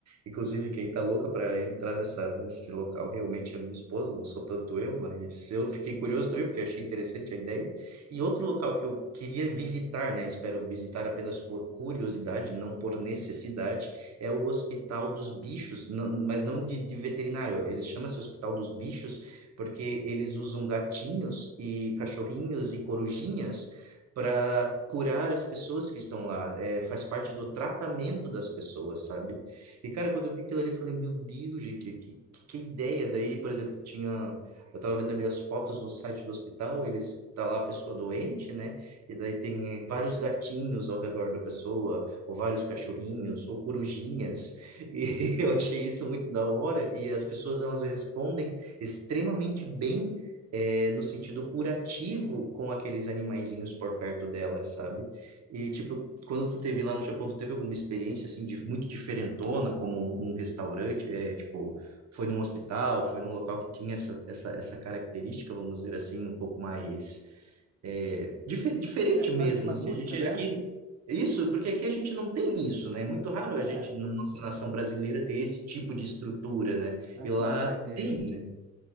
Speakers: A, on the right (about 60°); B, on the right (about 35°).
A: Inclusive, quem tá louca para entrar nessa, nesse local realmente é minha esposa, não sou tanto eu, mas eu fiquei curioso também, porque achei interessante a ideia. E outro local que eu queria visitar, né? Espero visitar apenas por curiosidade, não por necessidade, é o Hospital dos Bichos, não- mas não de, de veterinário. Ele chama-se Hospital dos Bichos porque eles usam gatinhos e cachorrinhos e corujinhas para curar as pessoas que estão lá. É, faz parte do tratamento das pessoas, sabe? E, cara, quando eu vi aquilo ali, eu falei, meu Deus, gente, que, que, que ideia! Daí, por exemplo, tinha. Eu tava vendo ali as fotos no site do hospital, eles tá lá a pessoa doente, né? E daí tem eh, vários gatinhos ao redor da pessoa, ou vários cachorrinhos, ou corujinhas. E <laughs> eu achei isso muito da hora. E as pessoas elas respondem extremamente bem, eh, no sentido curativo com aqueles animaizinhos por perto delas, sabe? E tipo, quando tu teve lá no Japão, tu teve alguma experiência assim de muito diferentona, como um restaurante, é tipo foi num hospital, foi num local que tinha essa, essa, essa característica, vamos dizer assim, um pouco mais é, dife- diferente
B: É,
A: mesmo,
B: mas, mas
A: né? que
B: única,
A: a gente
B: né?
A: aqui isso, porque aqui a gente não tem isso, né? É muito raro
B: É,
A: a gente na nossa nação brasileira ter esse tipo de estrutura, né?
B: aqui
A: E lá
B: não vai ter
A: tem,
B: mesmo.
A: né?